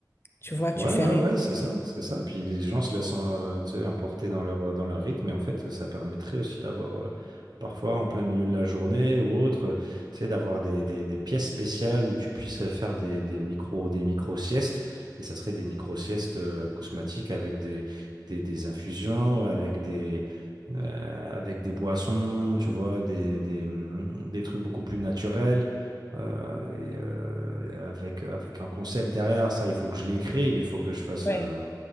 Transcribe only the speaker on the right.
Ouais,
ouais,
ouais, c'est ça, c'est ça. Puis les gens se laissent euh, tu sais, emporter dans leur, dans leur rythme, et en fait, ça permettrait aussi d'avoir, euh, parfois en plein milieu de la journée ou autre, euh, tu sais, d'avoir des, des, des pièces spéciales où tu puisses faire des, des micro, des micro-siestes, et ça serait des micro-siestes euh, acousmatiques avec des, des, des infusions, avec des, euh, avec des boissons, tu vois, des, des, hum, des trucs beaucoup plus naturels. Euh, et euh, avec, avec un concept derrière, ça, il faut que je l'écrive, il faut que je fasse.
euh,